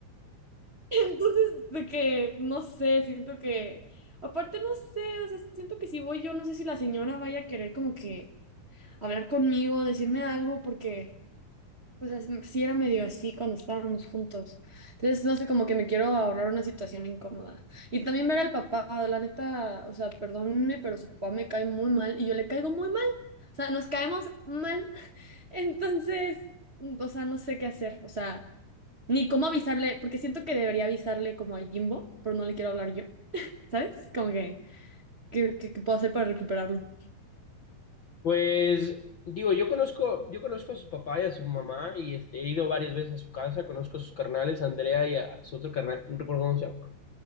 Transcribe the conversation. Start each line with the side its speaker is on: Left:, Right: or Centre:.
Right: Entonces, de que, no sé, siento que, aparte no sé, o sea, siento que si voy yo, no sé si la señora vaya a querer como que hablar conmigo, decirme algo, porque, pues, as- sí era medio así cuando estábamos juntos. Entonces, no sé, como que me quiero ahorrar una situación incómoda. Y también ver al papá, la neta, o sea, perdónenme, pero su papá me cae muy mal y yo le caigo muy mal. O sea, nos caemos mal. <laughs> Entonces, o sea, no sé qué hacer, o sea. Ni cómo avisarle, porque siento que debería avisarle como a Jimbo, pero no le quiero hablar yo, ¿sabes? Como que, ¿qué, qué- qué puedo hacer para recuperarlo?
Left: Pues digo, yo conozco, yo conozco a su papá y a su mamá y este, he ido varias veces a su casa, conozco a sus carnales, a Andrea y a su otro carnal, no recuerdo cómo se llama.